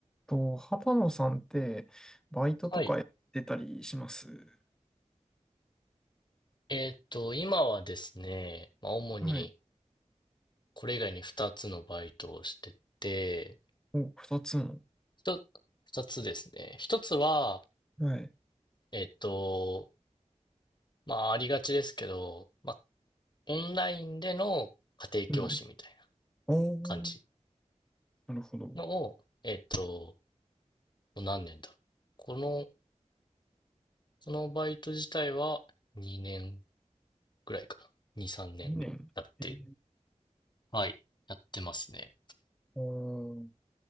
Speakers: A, in the centre; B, on the left.
A: と、畑野さんって、バイトとかやってたりします
B: はい。えーっと、今はですね、まあ、主に
A: はい。
B: これ以外に2つのバイトをしてて、
A: お、二つの。
B: 一つ2つですね。1つは、
A: はい。
B: えーっと、まあ、ありがちですけど、まあ、オンラインでの家庭教師みたいな
A: うん。おー、
B: 感じ
A: なるほど。
B: のを、えーっと、もう何年だろう。この、このバイト自体は2年ぐらいかな。2、3年やって、
A: 二年。えー、
B: はい、やってますね。
A: おー、